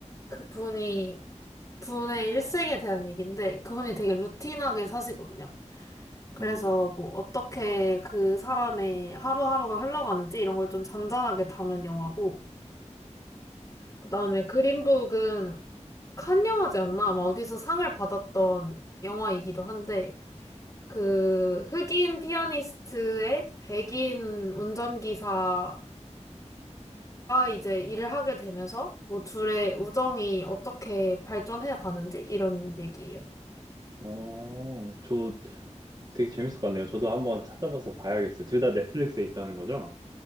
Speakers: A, on the left (about 25°); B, on the right (about 35°).
A: 그분이 분의 일생에 대한 얘기인데 그분이 되게 루틴하게 사시거든요. 그래서
B: 음.
A: 뭐 어떻게 그 사람의 하루하루가 흘러가는지 이런 걸 좀 잔잔하게 담은 영화고 그다음에 그린북은 칸 영화제였나? 아마 어디서 상을 받았던 영화이기도 한데 그 흑인 피아니스트의 백인 운전기사가 이제 일을 하게 되면서 뭐 둘의 우정이 어떻게 발전해 가는지 이런 얘기예요.
B: 어, 저 되게 재밌을 것 같네요. 저도 한번 찾아봐서 봐야겠어요. 둘 다 넷플릭스에 있다는 거죠?